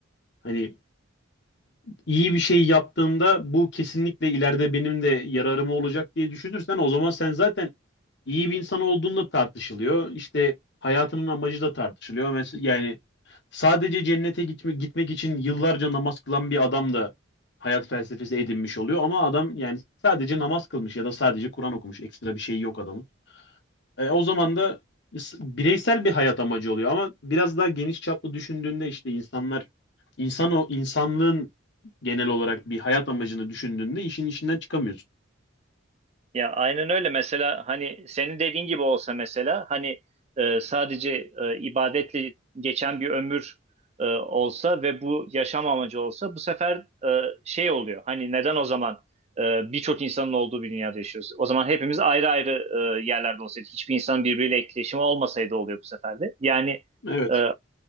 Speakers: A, on the left; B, on the right.
A: hani iyi bir şey yaptığımda bu kesinlikle ileride benim de yararıma olacak diye düşünürsen o zaman sen zaten iyi bir insan olduğunda tartışılıyor. İşte hayatının amacı da tartışılıyor. Mesela yani sadece cennete gitme, gitmek için yıllarca namaz kılan bir adam da hayat felsefesi edinmiş oluyor ama adam yani sadece namaz kılmış ya da sadece Kur'an okumuş. Ekstra bir şey yok adamın. E, o zaman da is- bireysel bir hayat amacı oluyor ama biraz daha geniş çaplı düşündüğünde işte insanlar insan o insanlığın genel olarak bir hayat amacını düşündüğünde işin içinden çıkamıyorsun.
B: Ya aynen öyle mesela hani senin dediğin gibi olsa mesela hani e, sadece e, ibadetle geçen bir ömür e, olsa ve bu yaşam amacı olsa bu sefer e, şey oluyor hani neden o zaman e, birçok insanın olduğu bir dünyada yaşıyoruz? O zaman hepimiz ayrı ayrı e, yerlerde olsaydık hiçbir insan birbiriyle etkileşimi olmasaydı oluyor bu sefer de. Yani
A: Evet.
B: e,